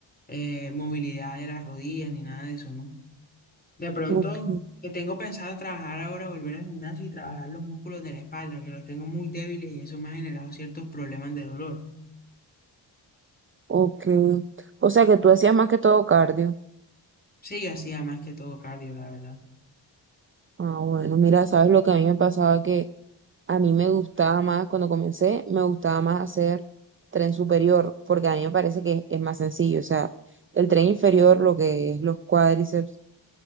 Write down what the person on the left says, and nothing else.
eh, movilidad de las rodillas ni nada de eso, ¿no? De pronto,
que tengo pensado trabajar ahora, volver al gimnasio y trabajar los músculos de la espalda, que los tengo muy débiles y eso me ha generado ciertos problemas de dolor.
Sí, yo hacía más que todo cardio, la verdad.